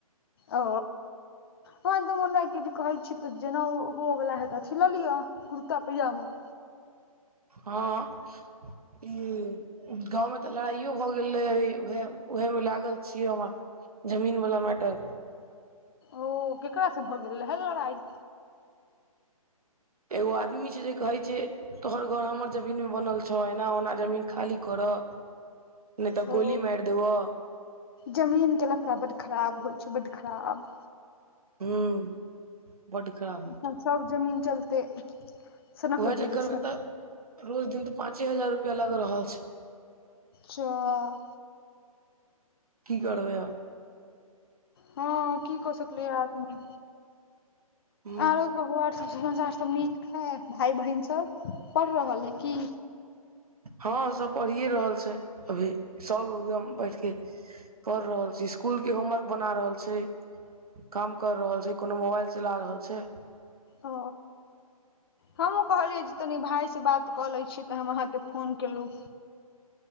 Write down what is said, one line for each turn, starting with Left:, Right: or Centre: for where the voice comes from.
Left: ओ हँ तऽ मुन्ना कऽ जे कहै छी त जेना उह हुअवला हेत अथी लऽ लिअ कुर्ता पैजामा
Right: हँ ई गाँव में तऽ लड़ाइयो भऽ गेल रहै उहे उहे में लागल छियै हमर जमीन वाला मैटर
Left: ओ केकरा स भऽ गेल रहै लड़ाई
Right: एगो आदमी छै जे कहै छै तोहर घर हमर जमीन में बनल छौ एना ओना जमीन खाली करऽ नय तऽ
Left: ओ
Right: गोली मार देबऽ
Left: जमीन के लफड़ा बड्ड खराप होइ छै बड्ड खराब
Right: हूँ बड्ड खराब होइ
Left: अच्छा सब जमीन चलते सनक
Right: उएह
Left: गेल
Right: चक्कर
Left: छै
Right: में तऽ रोज दिन तऽ पाँचे हजार रुपया लाग रहल छै
Left: जाऽ
Right: की करबैय अब
Left: हँ की कऽ सकलयै आदमी
Right: हूं
Left: आरो कहु आर सब समाचार सब नीक है भाय बहिन सब पढ़ रहल है की
Right: हँ सब पढ़ियए रहल छै अभी सब एकदम बैठ के कर रहल छी इस्कूल के होमवर्क बना रहल छै काम कर रहल छै कोनो मोबाइल चला रहल छै
Left: ओ हमहूँ कहलियै जे तनी भाय से बात कऽ लै छी तऽ हम अहाँके फोन केलू